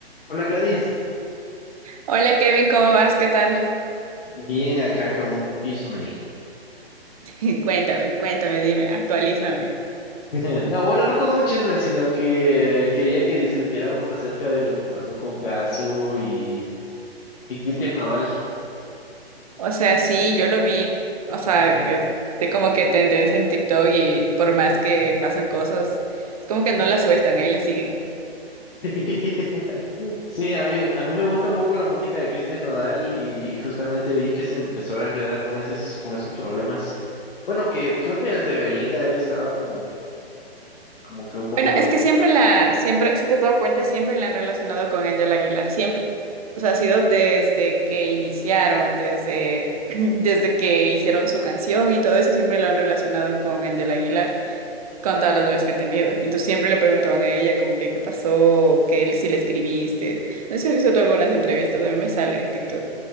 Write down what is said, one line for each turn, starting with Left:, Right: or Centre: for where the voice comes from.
Left: Hola Gladys,
Right: Hola Kevin, ¿cómo vas? ¿Qué tal?
Left: bien acá con un chisme.
Right: <laughs> Cuéntame, cuéntame, dime, actualízame.
Left: <laughs> No, bueno, no con un chisme, sino que quería que discutiéramos acerca de lo que pasó con Casu y, y Cristian Nodal.
Right: O sea, sí, yo lo vi. O sea,
Left: Y-
Right: que es de como que tendencia en TikTok y por más que pasan cosas, es como que no la sueltan, ahí la siguen.
Left: <laughs> Sí, a mí, a mí me gusta un poco la música de Cristian Nodal y, y justamente vi que se empezó a enredar con esos, con esos problemas. Bueno, que creo que desde Belinda él estaba como, como que un poco
Right: Bueno,
Left: loco.
Right: es que siempre la, siempre, si te has dado cuenta, siempre la han relacionado con Angela Aguilar, siempre. O sea, ha sido desde que iniciaron, desde, <clears throat> desde que hicieron su canción y todo eso, siempre lo han relacionado con Angela Aguilar. con todas las novias que he tenido. Entonces siempre le preguntaban a ella como que qué pasó, que él- si le escribiste. No sé si has visto tú algunas entrevistas, a mí me sale en TikTok.